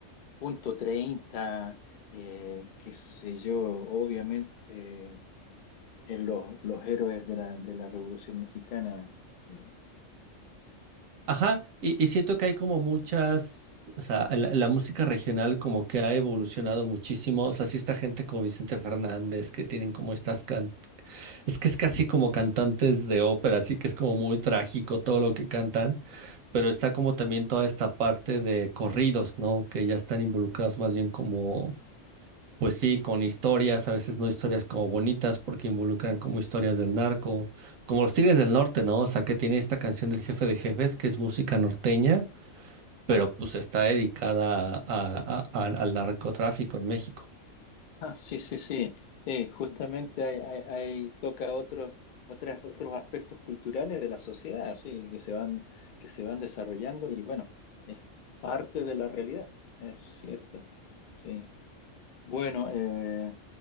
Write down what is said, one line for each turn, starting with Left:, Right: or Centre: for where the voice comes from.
Left: punto treinta eh, qué sé yo, obviamente, en los, los héroes de la, de la Revolución Mexicana. eh,
Right: ajá, y, y siento que hay como muchas, o sea, la, la música regional como que ha evolucionado muchísimo, o sea, sí está gente como Vicente Fernández, que tienen como estas can. Es que es casi como cantantes de ópera, así que es como muy trágico todo lo que cantan, pero está como también toda esta parte de corridos, ¿no? Que ya están involucrados más bien como, pues sí, con historias, a veces no historias como bonitas, porque involucran como historias del narco, como los Tigres del Norte, ¿no? O sea, que tiene esta canción del Jefe de Jefes, que es música norteña, pero pues está dedicada a- a- a- al narcotráfico en México.
Left: Ah, sí, sí, sí, sí, justamente hay, hay, hay- toca otros, otras, otros aspectos culturales de la sociedad, sí, que se van, que se van desarrollando y bueno, es parte de la realidad, es cierto, sí. Bueno, eh,